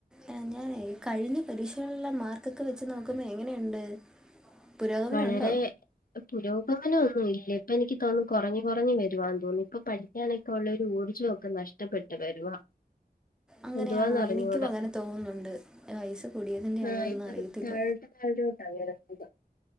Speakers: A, in the centre; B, on the left (about 60°).
A: ആഹ് ഞാനെ കഴിഞ്ഞ പരീക്ഷകളിലെ മാർക്കൊക്കെ വെച്ച് നോക്കുമ്പോ എങ്ങനെയുണ്ട് പുരോഗമനമുണ്ടോ
B: വളരെ പുരോഗമനം ഒന്നും ഇല്ല ഇപ്പ എനിക്ക് തോന്നു കൊറഞ്ഞ് കൊറഞ്ഞ് വരുവാന്ന് തോന്നുന്നു ഇപ്പൊ പഠി ക്കാനൊക്കെ ഉള്ളൊരു ഊർജവൊക്കെ നഷ്ടപ്പെട്ടു വരുവാ
A: അങ്ങനെയാണോ
B: എന്തുവാന്ന് അറിഞ്ഞൂടാ
A: എനിക്കും അങ്ങനെ തോന്നുന്നുണ്ട് വയസ്സ് കൂടിയതിൻ്റെ ആണോ
B: ആഹ്
A: എന്ന്
B: ഇപ്പൊ
A: അറിയത്തില്ല
B: താഴോട്ട് താഴോട്ട നേരെ പോക